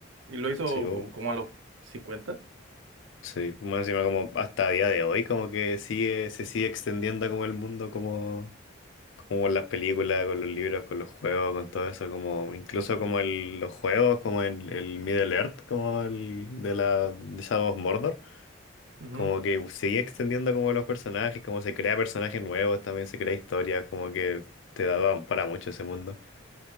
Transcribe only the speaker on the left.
Sí, bo-
sí, más encima como hasta día de hoy como que sigue, se sigue extendiendo como el mundo, como, como con las películas, con los libros, con los juegos, con todo eso, como incluso como el, los juegos, como el, el Middle Earth, como el de la de Shadow of Mordor,
como que sigue extendiendo como los personajes, como se crea personajes nuevos, también se crea historias, como que te da para mucho ese mundo.